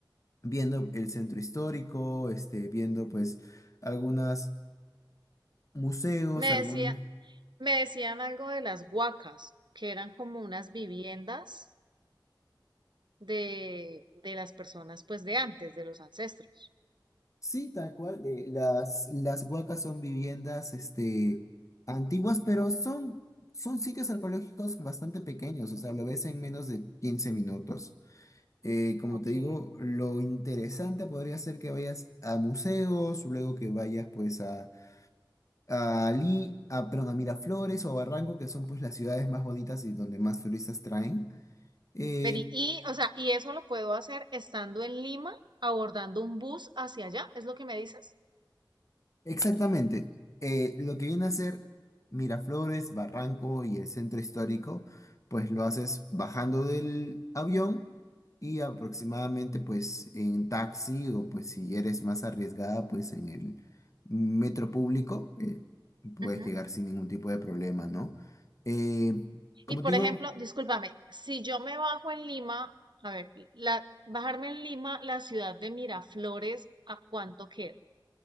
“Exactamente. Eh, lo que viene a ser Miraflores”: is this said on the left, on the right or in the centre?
Left